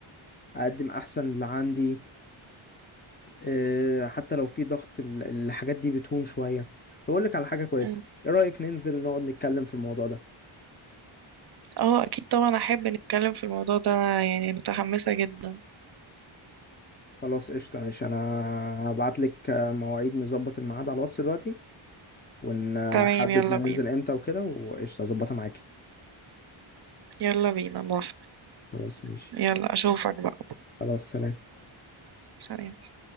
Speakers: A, on the left; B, on the right.
A: اقدم احسن اللي عندي آه، حتى لو في ضغط ال- الحاجات دي بتهون شويه طب اقول لك على حاجه كويسه
B: مم.
A: ايه رايك ننزل نقعد نتكلم في الموضوع ده
B: اه اكيد طبعا احب نتكلم في الموضوع ده أنا يعني متحمسة جدا
A: خلاص قشطه ماشي انا هبعت لك مواعيد نظبط الميعاد على الواتس دلوقتي ونحدد
B: تمام يلا
A: ننزل
B: بينا
A: امتى وكده وقشطة اظبطها معاكي
B: يلا بينا موافقة
A: خلاص ماشي
B: يلا اشوفك بقى
A: خلاص سلام
B: سلام